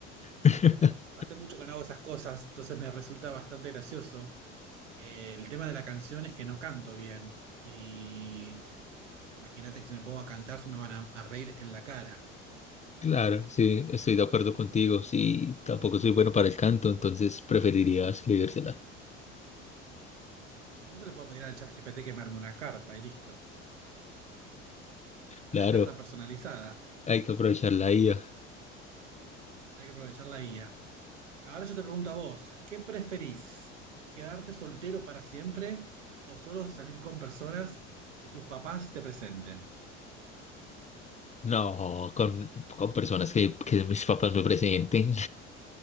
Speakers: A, on the left (about 20°); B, on the right (about 75°).
A: <laughs>
B: Hace mucho que no hago esas cosas, entonces me resulta bastante gracioso. Eh, el tema de la canción es que no canto bien. Y imagínate que si me pongo a cantar, se me van a, a reír en la cara.
A: Claro, sí, estoy de acuerdo contigo. Sí, tampoco soy bueno para el canto, entonces preferiría escribírsela.
B: No se le puedo pedir al chat GPT que me arme una carta y listo.
A: Claro,
B: Una carta personalizada.
A: hay que aprovechar la IA.
B: Hay que aprovechar la guía. Ahora yo te pregunto a vos, ¿qué preferís? ¿Quedarte soltero para siempre o solo salir con personas que tus papás te presenten?
A: No, con, con personas que, que mis papás me presenten.